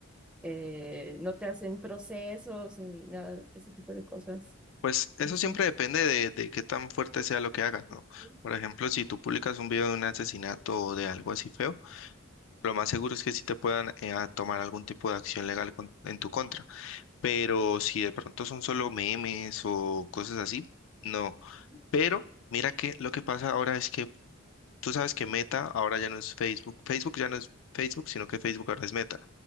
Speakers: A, in the centre; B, on the left (about 65°).
A: eh, no te hacen procesos ni nada, ese tipo de cosas,
B: Pues eso
A: no sé.
B: siempre depende de, de qué tan fuerte sea lo que hagas,
A: Ujú,
B: ¿no? Por ejemplo, si tú publicas un video de un asesinato o de algo así feo, lo más seguro es que sí te puedan eh, a tomar algún tipo de acción legal con- en tu contra. Pero si de pronto son solo memes o cosas así, no.
A: ujú.
B: Pero mira que lo que pasa ahora es que tú sabes que Meta ahora ya no es Facebook. Facebook ya no es Facebook, sino que Facebook ahora es Meta.